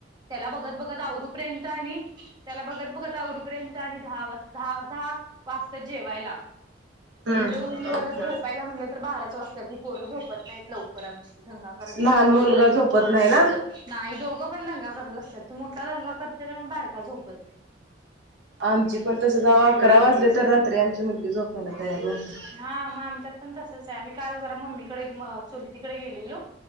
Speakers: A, on the right (about 25°); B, on the right (about 80°).
A: त्याला बघत बघत आवरपर्यंत आणि त्याला बघत बघत आववरपर्यंत आणि दहा वा दहा दहा वाजता जेवायला
B: हम्म
A: जेऊन परत झोपायला म्हटलं तर बाराच वाजता ही पोरं झोपत नाहीत लवकर पोरं आमची दंगा करत बसत्यात
B: लहान मुलगा
A: दोघपण
B: झोपत नाही ना
A: नाही दोघ पण दंगा करत बस्त्यात तो मोठा दंगा करतो त्यामूळ बारका झोपत नाही.
B: आमची पण तसंच आओ आकरा वाजले तर रात्री आमची मुलगी झोपायला तयार नव्हती.
A: हा म आमच्यात पण तसच आहे मी काल जरा मम्मीकडे चूलतीकडे गेलेलो